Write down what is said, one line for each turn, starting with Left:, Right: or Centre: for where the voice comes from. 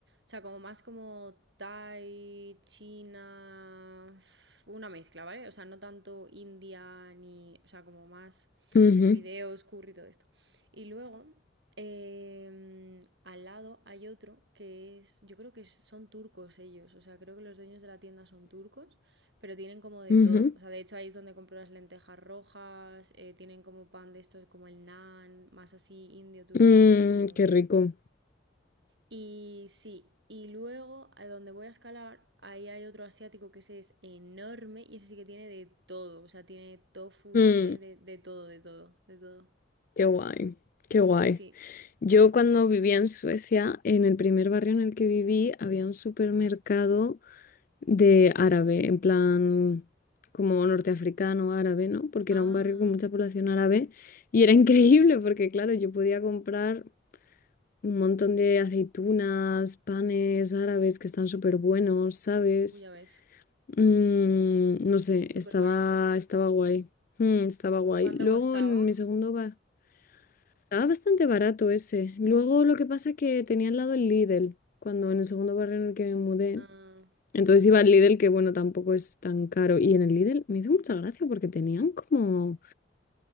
Right: sea, como más como Thai, China, una mezcla, ¿vale? O sea, no tanto India ni, o sea, como más
Left: Ujú,
Right: fideos, curry, todo esto. Y luego, em, al lado hay otro que es, yo creo que son turcos ellos, o sea, creo que los dueños de la tienda son turcos pero tienen como de
Left: ujú.
Right: todo. O sea, de hecho ahí es donde compro las lentejas rojas, eh, tienen como pan de estos, como el naan, más así indio, turco,
Left: Mm,
Right: no sé, como...
Left: qué rico.
Right: Y sí, y luego a donde voy a escalar, ahí hay otro asiático que ese es enorme y ese sí que tiene de todo. O sea, tiene tofu,
Left: Mm,
Right: tiene de, de todo, de todo, de todo.
Left: qué guay, qué guay.
Right: Sí, sí.
Left: Yo cuando vivía en Suecia, en el primer barrio en el que viví, había un supermercado de árabe, en plan como norteafricano, árabe, ¿no? Porque
Right: Ah,
Left: era un barrio con mucha población árabe y era <laughs> increíble porque, claro, yo podía comprar un montón de aceitunas, panes árabes que están súper buenos, ¿sabes?
Right: uy, ya ves.
Left: Mm, no sé,
Right: Súper
Left: estaba,
Right: barato.
Left: estaba guay. Mm, estaba guay.
Right: ¿Cuánto
Left: Luego
Right: costaba?
Left: en mi segundo bar. Estaba bastante barato ese. Luego lo que pasa es que tenía al lado el Lidl, cuando en el segundo barrio en el que me mudé.
Right: Ah,
Left: Entonces iba al Lidl, que bueno, tampoco es tan caro. Y en el Lidl me hizo mucha gracia porque tenían como,